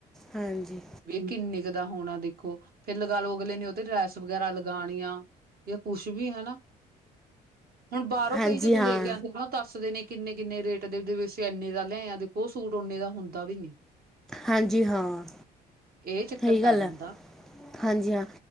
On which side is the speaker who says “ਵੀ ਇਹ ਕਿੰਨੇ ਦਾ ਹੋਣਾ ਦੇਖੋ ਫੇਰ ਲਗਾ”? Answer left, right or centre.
Right